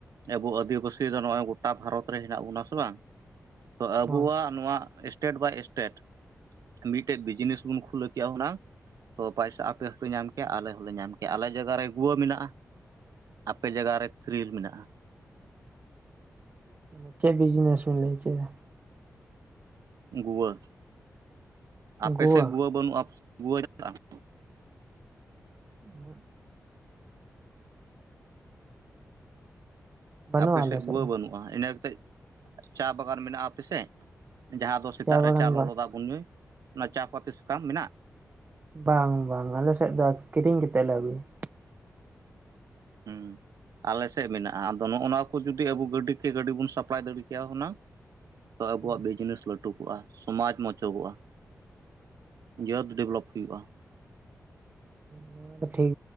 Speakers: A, on the right; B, on the right.
A: ᱟᱵᱚ ᱟᱹᱫᱤᱵᱟᱹᱥᱤ ᱫᱚ ᱱᱚᱜ ᱚᱭ ᱜᱚᱴᱟ ᱵᱷᱟᱨᱚᱛ ᱨᱮ ᱦᱮᱱᱟᱜ ᱵᱚᱱᱟ ᱥᱮ ᱵᱟᱝ? ᱛᱚ ᱟᱵᱚᱣᱟᱜ
B: ᱚ
A: ᱱᱚᱣᱟ ᱥᱴᱮᱴ ᱵᱟᱭ ᱥᱴᱮᱴ ᱢᱤᱫᱴᱮᱡ ᱵᱤᱡᱽᱱᱮᱥ ᱵᱚᱱ ᱠᱷᱩᱞᱟᱹᱣ ᱠᱮᱜᱼᱟ ᱦᱩᱱᱟᱹᱝ᱾ ᱛᱚ ᱯᱚᱭᱥᱟ ᱟᱯᱮ ᱦᱚᱸᱯᱮ ᱧᱟᱢ ᱠᱮᱭᱟ ᱟᱞᱮ ᱦᱚᱸᱞᱮ ᱧᱟᱢ ᱠᱮᱭᱟ ᱟᱞᱮ ᱡᱟᱭᱜᱟ ᱨᱮ ᱜᱩᱣᱟᱹ ᱢᱮᱱᱟᱜᱼᱟ᱾ ᱟᱯᱮ ᱡᱟᱭᱜᱟ ᱨᱮ ᱯᱷᱤᱨᱤᱞ ᱢᱮᱱᱟᱜᱼᱟ᱾
B: ᱢᱟᱱᱮ ᱪᱮᱫ ᱵᱤᱡᱱᱮᱥ ᱵᱤᱱ ᱞᱟᱹᱭ ᱦᱚᱪᱚᱭᱮᱫᱟ?
A: ᱜᱩᱣᱟᱹ ᱟᱯᱮ
B: ᱜᱩᱣᱟ
A: ᱥᱮᱫ ᱜᱩᱣᱟᱹ ᱵᱟᱹᱱᱩᱜᱼᱟ ᱜᱩᱣᱟᱹ ᱪᱟᱞᱟᱜᱼᱟ᱾
B: ᱚᱦᱩᱜ᱾ ᱵᱟᱹᱱᱩᱜᱼᱟ
A: ᱟᱯᱮ
B: ᱟᱞᱮ
A: ᱥᱮᱫ ᱜᱩᱣᱟᱹ
B: ᱫᱚ
A: ᱵᱟᱹᱱᱩᱜᱼᱟ ᱤᱱᱟᱹᱛᱮᱫ ᱪᱟ ᱵᱟᱜᱟᱱ ᱢᱮᱱᱟᱜᱼᱟ ᱟᱯᱮᱥᱮᱫ? ᱡᱟᱦᱟᱸ ᱫᱚ ᱥᱮᱛᱟᱜ
B: ᱵᱟᱜᱟᱱ
A: ᱨᱮ ᱪᱟ ᱞᱚᱞᱚ
B: ᱵᱟᱝ
A: ᱫᱟᱜ ᱵᱚᱱ ᱧᱩᱭ, ᱚᱱᱟ ᱪᱟ ᱯᱟᱹᱛᱤ ᱥᱟᱠᱟᱢ ᱢᱮᱱᱟᱜ-ᱟ?
B: ᱵᱟᱝ ᱵᱟᱝ ᱟᱞᱮ ᱥᱮᱫ ᱫᱚ ᱠᱤᱨᱤᱧ ᱠᱟᱛᱮᱜ ᱞᱮ ᱟᱹᱜᱩᱭᱟ ᱾ <unintelligible>
A: ᱦᱩᱸ ᱟᱞᱮ ᱥᱮᱫ ᱢᱮᱱᱟᱜᱼᱟ ᱟᱫᱚ ᱱᱚᱜᱼᱚ ᱱᱚᱣᱟ ᱠᱚ ᱡᱩᱫᱤ ᱟᱵᱚ ᱜᱟᱹᱰᱤ ᱠᱮ ᱜᱟᱹᱰᱤ ᱵᱚᱱ ᱥᱟᱯᱞᱟᱭ ᱫᱟᱲᱮ ᱠᱮᱭᱟ ᱦᱩᱱᱟᱹᱝ᱾ ᱛᱚ ᱟᱵᱚᱣᱟᱜ
B: ᱦᱳᱭ
A: ᱵᱤᱡᱽᱱᱮᱥ ᱞᱟᱹᱴᱩ ᱠᱚᱜᱼᱟ ᱥᱚᱢᱟᱡᱽ ᱢᱚᱪᱚᱜᱚᱜᱼᱟ ᱡᱟᱹᱛ ᱰᱮᱵᱷᱞᱚᱯ ᱦᱩᱭᱩᱜᱼᱟ
B: ᱱᱚᱣᱟ ᱴᱷᱤᱠ